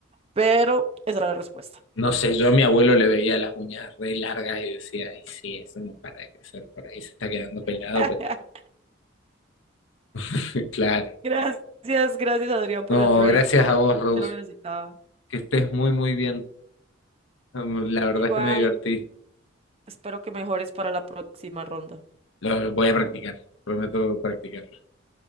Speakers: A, on the right; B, on the left.
A: pero esa era la respuesta.
B: No sé, yo a mi abuelo le veía las uñas re largas y decía, ay, sí, eso no para de crecer por ahí. Se está quedando pelado,
A: <laughs>
B: pero <laughs> claro.
A: Gracias, gracias Adrián por
B: No,
A: el break.
B: gracias a vos, Rose.
A: Te lo necesitaba.
B: Que estés muy, muy bien. La verdad
A: Igual,
B: es que me divertí.
A: espero que mejores para la próxima ronda.
B: Lo voy a practicar, prometo practicarlo.